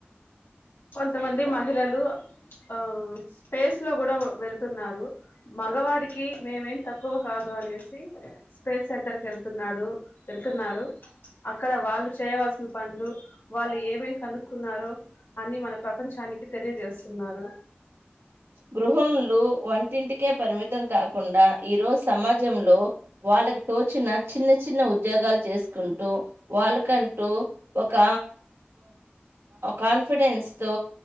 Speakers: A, on the left (about 70°); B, on the right (about 75°).
A: కొంతమంది మహిళలు ఆ స్పేస్ లో కూడా వెళ్తున్నారు మగవారికి మేమేం తక్కువ కాదు అనేసి స్పేస్ సెంటర్ క వెళ్తున్నాడు వెళ్తున్నారు అక్కడ వాళ్ళు చేయవలసిన పనులు వాళ్ళు ఏమేం కనుక్కున్నారో అన్ని మన ప్రపంచానికి తెలియజేస్తున్నారు
B: గృహలు వంటింటికే పరిమిత మతం కాకుండా ఈ రోజు సమాజంలో వాళ్ళకి తోచిన చిన్న చిన్న ఉద్యోగాలు చేసుకుంటూ వాళ్ళకంటూ ఒక కాన్ఫిడెన్స్ తో